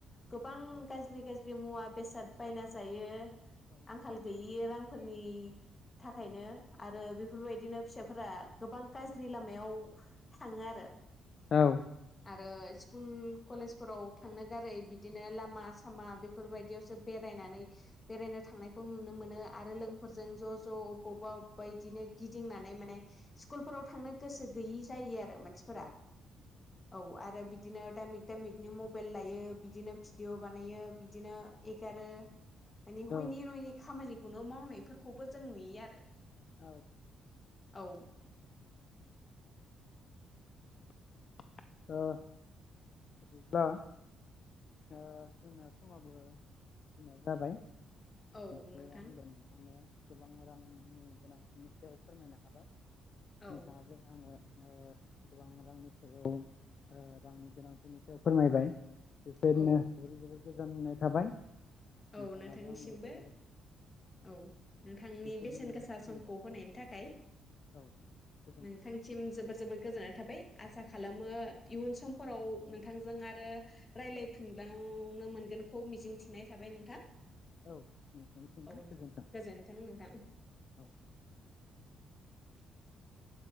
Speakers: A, on the left (about 30°); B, on the left (about 50°).
A: गोबां गाज्रि गा ज्रि मुवा बेसाद बायना जायो आंखाल गैयि रां फोरनि थाखायनो आरो बेफोरबायदिनो फिसाफोरा गोबां गाज्रि लामायाव थाङो आरो।
B: औ।
A: आरो स्कुल कलेजफोराव थांनो गारै बिदिनो लामा सामा बेफोरबायदियावसो बेरा रायनानै बेरायनो थांनायखौ नुनो मोनो आरो लोगोफोरजों ज' ज' अबावबा अबेबा बिदिनो गिदिंना नै माने स्कुल फोराव थांनो गोसो गैयै जायो आ रो मानसिफोरा
B: औ
A: औ आरो बि दिनो दामिक दामिकनि मबाइल लायो बिदिनो भिडिअ' बानायो बिदिनो एगारो माने
B: औ
A: हयनि
B: ओ
A: नयनि खामानिखौनो मावनायफोरखौबो जों नुयो आरो।
B: औ।
A: औ।
B: ओ बिदिब्ला दा जोंना समाबो जोंना जाबाय
A: औ
B: निसय
A: नोंथां
B: आंबो नोंथांनो गोबां रांनि गोनांथिनि सायाव फोरमायनो हाबाय।
A: औ
B: नोंथाङाबो आंनो ओ गोबां रांनि सायाव ओ रांनि गोनांथिनि सायाव फोरमायबाय बेफोरनो
A: औ
B: जोबोद जोबोद गोजोननाय थाबाय। नोंथाङाबो
A: औ नोंथांनिसिमबो।
B: आंनो जोबोर
A: औ नोंथांनि
B: बेफोरनो
A: बेसेन गोसा समखौ
B: औ
A: होनायनि थाखाय
B: गोजोन्थों
A: नोंथांसिम जोबोर जोबोर गोजोननाय थाबाय आसा खालामो इयुन समफोराव नोंथांजों आरो रायलायफिनबाव नो मोनगोनखौ मिजिंथिनाय थाबाय नोंथां
B: औ नोंथांनिसिमबो
A: औ
B: गोजोनथों
A: गोजोन्थों नोंथां
B: औ
A: <inaudible>